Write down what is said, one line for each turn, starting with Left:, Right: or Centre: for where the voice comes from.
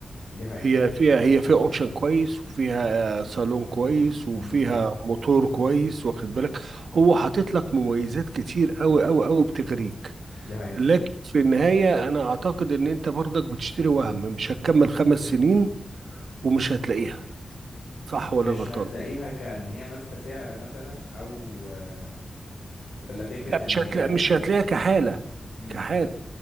Left: دي حقيقة
Right: هي فيها هي فيها اوبشن كويس وفيها آه، صالون كويس وفيها
Left: م- م.
Right: موتور كويس واخد بالك هو حاطط لك مميزات كتير قوي قوي قوي بتغريك
Left: دي حقيقة
Right: لكن في النهاية انا اعتقد ان انت برضك بتشتري وهم مش هتكمل خمس سنين ومش هتلاقيها صح ولا
Left: مش
Right: غلطان
Left: هتلاقيها كأن هي ماسكة سعر مثلا او آه، ولا فكرة
Right: لا
Left: ان
Right: مش
Left: هي
Right: هتلاقي مش هتلاقيها كحالة
Left: امم
Right: كحالة